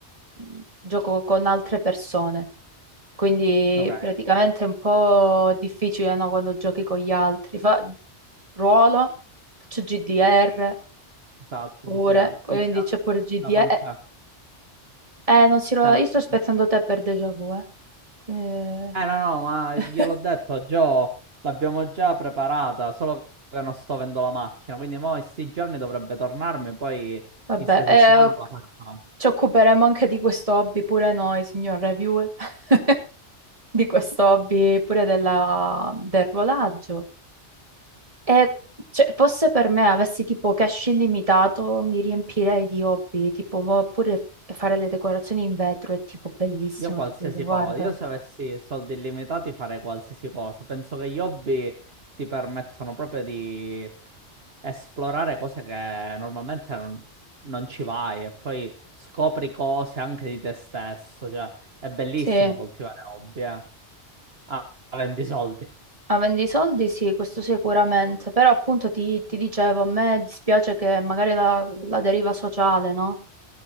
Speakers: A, on the right (about 30°); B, on the right (about 60°).
A: mm, gioco con altre persone. Quindi
B: Ok,
A: praticamente è un po' difficile, no, quando giochi con gli altri. Fa... Ruolo, faccio GDR
B: esatto,
A: pure,
B: GTR.
A: quindi
B: Inizia
A: c'è pure GDR.
B: da quant'è?
A: Eh, eh, non si ruola,
B: Cioè, non-
A: io sto aspettando te per déjà vu, eh. Quindi,
B: eh no, no, ma
A: <laughs>
B: gliel'ho detto, Gio, l'abbiamo già preparata, solo che non sto avendo la macchina. Quindi mo in sti giorni dovrebbe tornarmi, poi
A: Vabbè,
B: in ste settimane
A: eh, ok.
B: la facciamo.
A: Ci occuperemo anche di questo hobby pure noi, signor reviewer, <laughs> di questo hobby pure della- del rodaggio. E cioè, fosse per me avessi tipo cash illimitato, mi riempirei di hobby, tipo mo- pure f- fare le decorazioni in vetro è tipo bellissimo,
B: Io qualsiasi
A: tipo dico, guarda.
B: cosa, io se avessi soldi illimitati farei qualsiasi cosa. Penso che gli hobby ti permettono proprio di esplorare cose che normalmente non, non ci vai e poi scopri cose anche di te stesso. Cioè, è bellissimo
A: Sì, a-
B: coltivare hobby, eh. Ah, avendo i soldi.
A: avendo i soldi sì, questo sicuramente, però appunto ti, ti dicevo, a me dispiace che magari la, la deriva sociale, no?